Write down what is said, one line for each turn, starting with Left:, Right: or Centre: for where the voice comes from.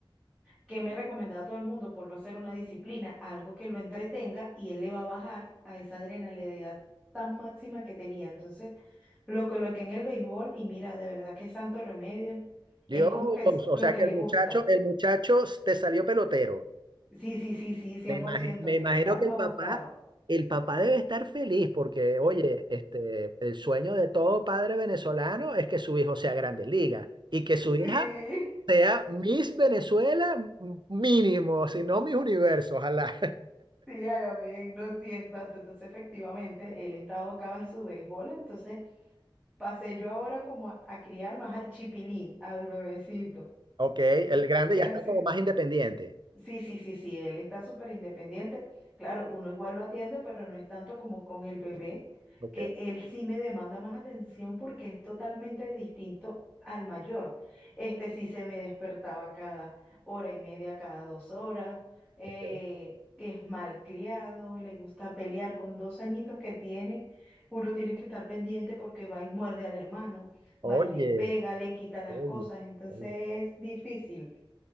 Centre: que me recomendaba a todo el mundo por no hacer una disciplina, algo que lo entretenga y él le va a bajar a esa adrenalina tan máxima que tenía. Entonces, lo coloqué en el béisbol y mira, de verdad que santo remedio.
Right: Dios,
Centre: Es como que es
Right: o
Centre: lo
Right: sea
Centre: que
Right: que
Centre: le
Right: el muchacho,
Centre: gusta.
Right: el muchacho te salió pelotero.
Centre: Sí, sí, sí, sí, cien
Right: Me imagi-
Centre: por ciento
Right: me
Centre: él
Right: imagino
Centre: está
Right: que
Centre: abocado.
Right: el papá, el papá debe estar feliz porque, oye,
Centre: Eh,
Right: este, el sueño de todo padre venezolano es que su hijo sea grande liga y que su hija
Centre: Sí,
Right: sea Miss Venezuela m- mínimo, si no Miss Universo, ojalá.
Centre: sí, ay, amén, no, sí, exacto. Entonces, efectivamente, él está abocado en su béisbol, entonces pasé yo ahora como a, a criar más al chipilín, al bebecito,
Right: Ok, el
Centre: que,
Right: grande
Centre: que
Right: ya
Centre: así.
Right: está como más independiente.
Centre: Sí, sí, sí, sí, él está súper independiente. Claro, uno igual lo atiende, pero no es tanto como con el bebé,
Right: Ok,
Centre: que él sí me demanda más atención porque es totalmente distinto al mayor. Este sí se me despertaba cada hora y media, cada dos horas. eh,
Right: ok.
Centre: es malcriado, le gusta pelear con dos añitos que tiene. Uno tiene que estar pendiente porque va y muerde al hermano,
Right: Oye,
Centre: va y le pega, le quita las
Right: oye,
Centre: cosas, entonces
Right: oye.
Centre: es difícil.